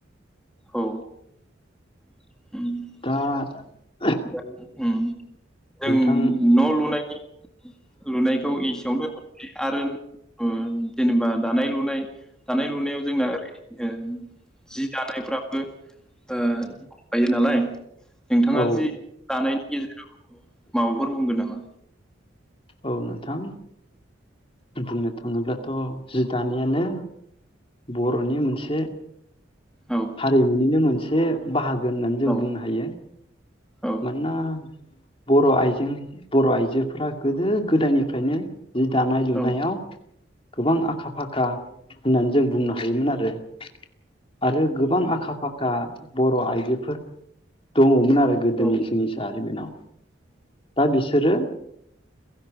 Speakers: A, in the centre; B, on the left.
A: औ। उम्म।
B: <unintelligible>
A: जों
B: नोंथां
A: न लुनायनि। लुनायखौ एसेयावनो दोनथनोसै आरो। ओ जेनेबा दानाय। लुनाय दानाय लुनायाव जोंना ओरै जि दानायफ्राबो ओ दंखायो नालाय नोंथाङा
B: औ
A: जि दानाय। गेजेराव माबाफोर बुंगोन नामा।
B: औ नोंथां बुंनो थाङोब्लाथ जि दानायानो बरनि मोनसे।
A: औ
B: हारिमुनिनो मोनसे। ए बाहागो। होननानै जों
A: औ
B: बुंनो हायो।
A: औ
B: मोनना। बर आइजों बर आइजोफोरा गोदो गोदायनिफ्रायनो। जि दानाय लुनायाव
A: औ
B: गोबां आखा फाखा होननानै जों बुंनो हायोमोन आरो। आरो गोबां आखा फाखा बर आइजोफोर दङमोन आरो गो। दिनै
A: औ
B: जोंनि जारिमिनाव दा बिसोरो।